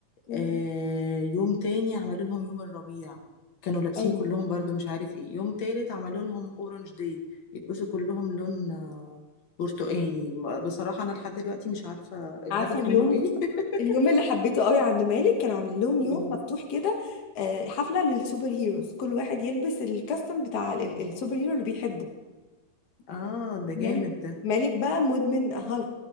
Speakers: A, on the left (about 80°); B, on the left (about 55°).
A: مم.
B: آه، يوم تاني عملوا لهم يوم الربيع كانوا لابسين
A: ايوه
B: كلهم برضو مش عارف ايه يوم تالت عملوا لهم اورنج داي يلبسوا كلهم لون آه، برتقاني بصراحه انا لحد دلوقتي مش عارفه الهدف
A: عارفه اليوم
B: منه ايه <laughs>
A: اليوم اللي حبيته قوي عند مالك كانوا عاملين لهم يوم
B: قولي
A: مفتوح كده آه، حفلة للسوبر هيروز كل واحد يلبس الكاستم بتاع ال- ال- السوبر هيرو اللي بيحبه
B: اه ده
A: مالك
B: جامد ده
A: مالك بقى مدمن هالك